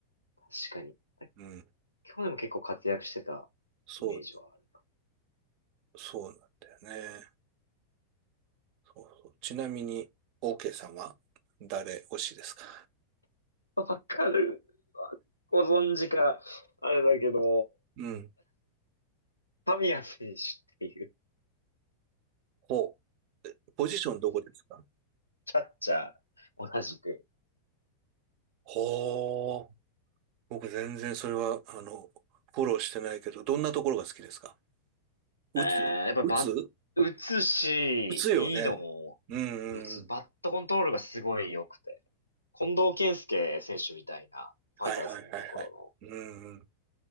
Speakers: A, on the left (about 85°); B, on the right (about 45°).
A: 確かに。
B: うん。
A: 今日でも結構活躍してた
B: そう、
A: イメージはある。
B: そうなんだよね。そうそう。ちなみに、OK さんは誰推しですか
A: わかる。ご存知か、あれだけど、
B: うん。
A: 神谷選手っていう
B: ほう。ポジションどこですか
A: キャッチャー、同じく。
B: ほう。僕全然それは、あの、フォローしてないけど、どんなところが好きですか打つ打つ
A: えー、やっぱバッ、打つし、
B: 打つよね。
A: リードも
B: うんうんうん。
A: 打つ、バットコントロールがすごい良くて。近藤健介選手みたいな、ファイターズにいた頃の、
B: はいはいはいはい。うん。